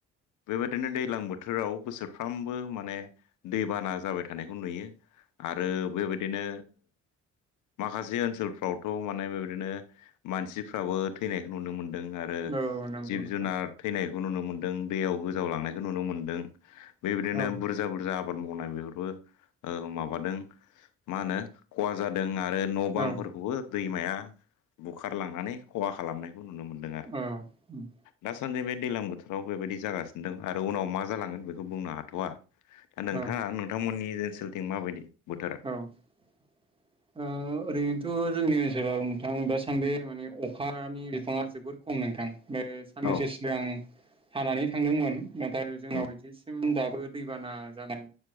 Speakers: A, on the left; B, on the right.
A: बेबाय बिदिनो दैज्लां बोथोराव बोसोरफ्रामबो माने दैबाना जाबाय थानायखौ नुयो आरो बेबायदिनो माखासे ओनसोलफ्रावथ' माने बेबायदिनो मानसिफ्राबो थैनायखौ नुनो मोनदों आरो
B: औ नंगौ
A: जिब
B: नोंथां
A: जुनार थैनायखौ नुनो मोनदों दैयाव गो लांनायखौ नुनो मोनदों बेबायदिनो
B: औ
A: बुरजा बुरजा आबाद मावनाय बेफोरबो माबादों मा होनो खहा जादों आरो न' बांफोरखौबो
B: औ
A: दैमाया बुखारलांनानै खहा खालामनाय नुनो मोनदों आरो
B: औ उम
A: दासान्दि बे दैलां बोथोराव बेबायदि जागासिनो मोनदों आरो उनाव मा जालांगोन बेखौ बुंनो हाथ'वा दा नोंथाङा
B: औ
A: नोंथांमोननि ओनसोलथिं माबायदि बोथोरा
B: औ ओ जोंनि ओनसोलाव नोंथां दा सान्दि माने अखानि बिफाङा जोबोर खम नोंथां साननैसो
A: औ
B: सिगां हानानै थांदोंमोन नाथाय जोंनाव
A: औ
B: बिदिसिम दाबो दैबाना जानाय